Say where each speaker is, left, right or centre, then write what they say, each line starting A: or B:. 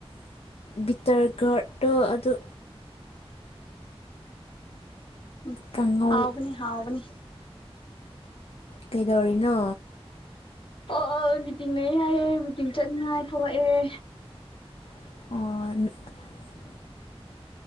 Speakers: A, on the left (about 75°); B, on the left (about 55°).
A: ꯕꯤꯇꯔꯒꯔꯠꯇꯣ ꯑꯗꯨ
B: ꯎꯝ
A: ꯀꯥꯡꯉꯧ
B: ꯍꯥꯎꯕꯅꯤ ꯍꯥꯎꯕꯅꯤ
A: ꯀꯩꯗꯧꯔꯤꯅꯣ
B: ꯑꯣ ꯑꯣ ꯃꯤꯇꯤꯡ ꯂꯩꯌꯦ ꯍꯥꯏꯌꯦ ꯃꯤꯇꯤꯡ ꯆꯠꯅꯤꯡꯉꯥꯏ ꯊꯣꯛꯂꯛꯑꯦ
A: ꯑꯣ